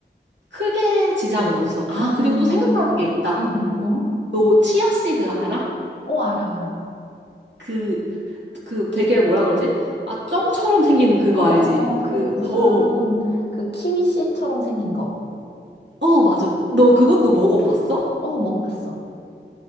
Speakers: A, on the right (about 80°); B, on the left (about 70°).
A: 크게 지장은 없어. 아,
B: 음,
A: 그리고 또 생각나는 게 있다.
B: 음, 음, 뭐?
A: 너 치아씨드 알아?
B: 어, 알아, 알아.
A: 그, 그 되게 뭐라 그러지? 아, 점처럼 생긴 그거
B: 어, 어,
A: 알지?
B: 어,
A: 그,
B: 그 무슨
A: 어, 어,
B: 그 키위씨처럼 생긴 거.
A: 어, 맞아. 너 그것도 먹어봤어?
B: 어, 먹어봤어.